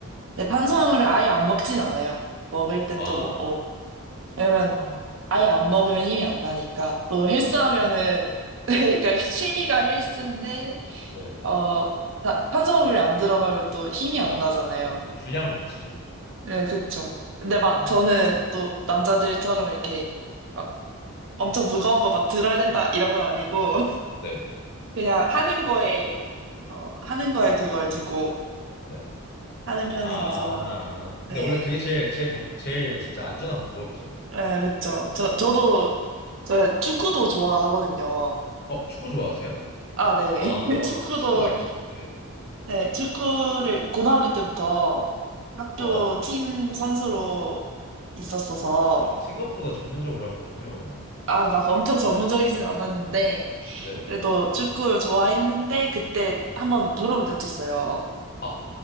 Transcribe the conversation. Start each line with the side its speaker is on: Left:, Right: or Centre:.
Right: 근데
Left: 음.
Right: 탄수화물을 아예 안 먹진 않아요. 먹을 땐
Left: 아.
Right: 또 먹고. 왜냐면
Left: 아.
Right: 아예 안 먹으면 힘이 안 나니까. 또 헬스하면은
Left: 맞죠.
Right: <laughs> 그러니까 취미가 헬스인데
Left: 네.
Right: 어 다- 탄수화물이 안 들어가면 또 힘이 안
Left: 아,
Right: 나잖아요.
Left: 맞아요. 줄량을 못 치죠.
Right: 네, 그쵸. 근데 막
Left: 아.
Right: 저는 또 남자들처럼 이렇게 막 엄청 무거운 거 막 들어야 된다 이런 건 아니고
Left: 네.
Right: 그냥 하는 거에, 어, 하는 거에 그걸 두고
Left: 네.
Right: 하는 편이라서,
Left: 아.
Right: 네.
Left: 근데 원래 그게 제일 제일 건 제일 진짜 안전한 방법이죠.
Right: 아, 그쵸.
Left: 네.
Right: 저, 저도, 저 축구도 좋아하거든요.
Left: 어, 축구 좋아하세요?
Right: 아, 네.
Left: 아,
Right: <laughs> 축구도,
Left: 축구 아, 그러니까, 네.
Right: 네, 축구를 고등학교 때부터 학교
Left: 어.
Right: 팀 선수로 있었어서,
Left: 어, 생각보다 전문적으로 하셨군요.
Right: 아, 막 엄청 전문적이진 않았는데,
Left: 네.
Right: 그래도 축구를 좋아했는데, 그때 한번 무릎을 다쳤어요.
Left: 아,